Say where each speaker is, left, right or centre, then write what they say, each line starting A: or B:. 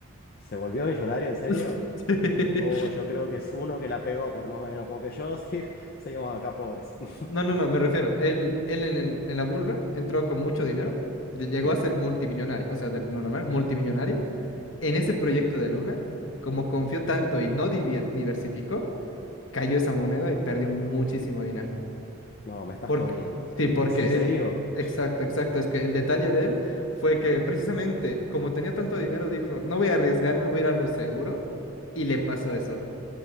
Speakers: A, on the left; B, on the left.
A: ¿Se volvió millonario en serio?
B: <laughs> Sí.
A: Oh, yo creo que es uno que la pegó por lo menos, porque yo sí, <laughs> seguimos acá pobres. <laughs>
B: No, no, no, me refiero. Él, él en, el, en la Bull Run entró con mucho dinero, de- llegó
A: Sí,
B: a ser multimillonario, o sea, del no normal, multimillonario. En ese proyecto de Luna, como confió tanto y no divier- diversificó, cayó esa moneda y perdió muchísimo dinero.
A: no, me estás
B: Porque,
A: jodiendo.
B: sí, porque
A: ¿Es en serio?
B: él, exacto, exacto, es que el detalle de él fue que precisamente como tenía tanto dinero, dijo, no voy a arriesgarme, voy a ir a algo seguro, y le pasó eso.